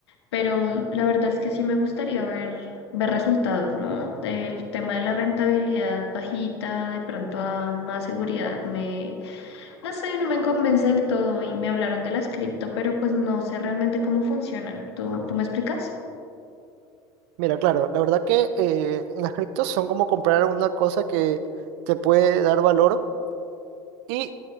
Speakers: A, on the left; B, on the right.
A: pero la verdad es que sí me gustaría ver, ver resultados, ¿no? El tema de la rentabilidad bajita, de pronto a más seguridad, me, no sé, no me convence del todo y me hablaron de las cripto, pero pues no sé realmente cómo funcionan. ¿Tú, tú me explicas?
B: Mira, claro, la verdad que eh, las criptos son como comprar una cosa que te puede dar valor, Y